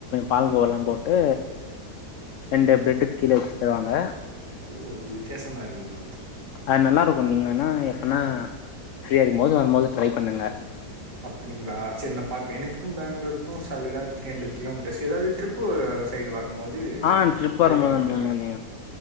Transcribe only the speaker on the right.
ஓ
ஓ வித்தியாசமா இருக்கு ப்ரோ
அப்டிங்களா சேரி நா பாக்குறேன் எனக்கும் பேங்களூருக்கும் சாலிடா த்ண்ட்ர கோமீட்டர்ஸ் ஏாவது திருூ சைடு போது
ட்ரை
பண்ணி
பாக்குறேன்